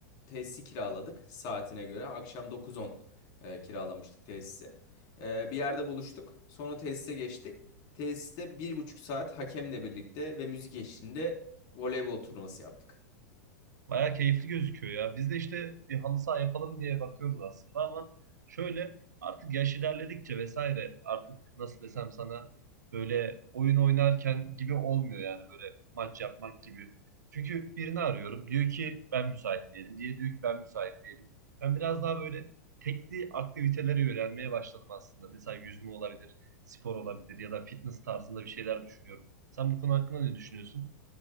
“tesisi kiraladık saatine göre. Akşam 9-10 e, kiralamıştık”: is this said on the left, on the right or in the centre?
Left